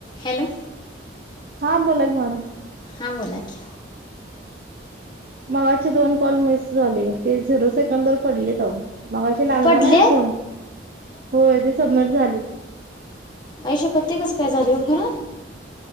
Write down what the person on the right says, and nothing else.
हा बोला की मॅडम.
मगाचे दोन कॉल मिस झाले ते झिरो सेकंद वर पडलेत अहो मगाशी लागला
नाही ना फोन होय ते सलग झाले.